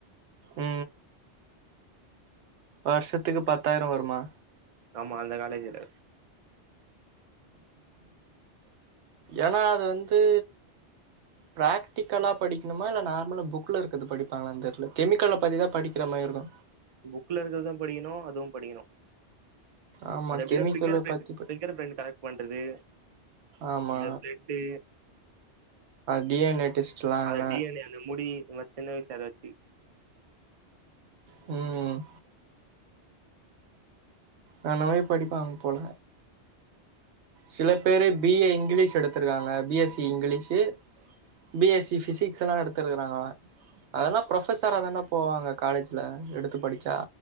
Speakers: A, on the right (about 75°); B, on the right (about 60°).
A: ம் வருஷத்துக்கு பத்தாயிர வருமா
B: ஆமா அந்த காலேஜ்ஜு ல
A: ஏனா அது வந்து பிராக்டிக்கலா படிக்கணுமா இல்ல நார்மலா புக்குல இருக்கத படிப்பாங்களா தெரில கெமிக்கல்ல பத்தி தா படிக்கிற மாதிரி இருக்கு
B: புக்ல இருக்கிறது படிக்கணு அதுவு படிக்கணு
A: ஆமா
B: அது எப்டினா
A: கெமிக்கல
B: ஃபிங்கர் பிரிண்ட்
A: பத்தி ப
B: ஃபிங்கர் பிரிண்ட் கனட் பண்றது
A: ஆமா
B: இந்த ப்ளட்டு
A: டி என் ஏ டெஸ்ட்லா அதலா
B: அந்த டி என் யே அந்த முடி இந்த மார் சின்ன வயசுல அத வெச்சி
A: ம் நல்லவே படிப்பாங்க போல சில பேரு பிஏ இங்கிலீஷ் எடுத்து இருக்காங்க B S C English BSc physics எல்லா எடுத்திருக்கிறாங்க அதெல்லா ப்ரொபஸராக தாடா போவாங்க காலேஜ்ல எடுத்து படிச்சா